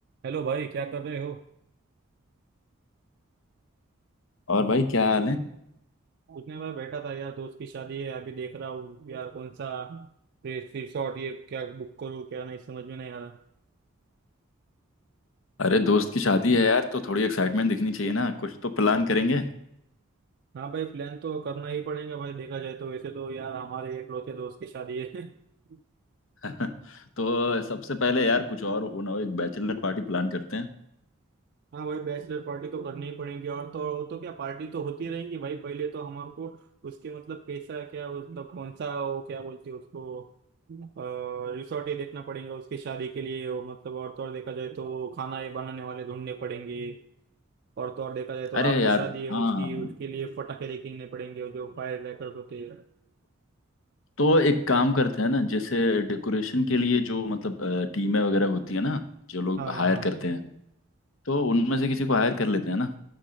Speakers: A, on the right; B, on the left.
A: Hello भाई क्या कर रहे हो
B: और भाई क्या हाल है
A: कुछ नहीं भाई बैठा था यार दोस्त की शादी है अभी देख रहा हूँ यार कौन सा रिसोर्ट ये क्या बुक करूँ क्या नहीं समझ में नहीं आ रहा
B: अरे दोस्त की शादी है यार तो थोड़ी एक्साइटमेंट दिखनी चाहिए ना कुछ तो प्लान करेंगे
A: हाँ भाई प्लान तो करना ही पड़ेगा भाई देखा जाए तो वैसे तो यार हमारे एकलौते दोस्त की शादी है <laughs>
B: <laughs> तो सबसे पहले यार कुछ और हो ना हो एक बैचलर पार्टी प्लान करते हैं
A: हाँ भाई बैचलर पार्टी तो करनी ही पड़ेगी और तो और तो क्या पार्टी तो होती रहेंगी भाई पहले तो हमारे को उसके मतलब कैसा क्या मतलब कौन सा वो क्या बोलते हैं उसको रिसोर्ट ये देखना पड़ेगा उसकी शादी के लिए वो मतलब और तो और देखा जाए तो खाना ये बनाने वाले ढूंढने पड़ेंगे और तो और देखा जाए तो
B: अरे
A: रात को
B: यार
A: शादी है
B: हाँ
A: उसकी उसके लिए पटाखे लेके पड़ेंगे और जो फायर क्रैकर्स होते हैं
B: तो एक काम करते हैं ना जैसे डेकोरेशन के लिए जो मतलब अ, टीमें वगैरह होती है ना जो लोग
A: हाँ हाँ
B: हायर
A: हाँ
B: करते हैं तो उनमें से किसी को हायर कर लेते हैं ना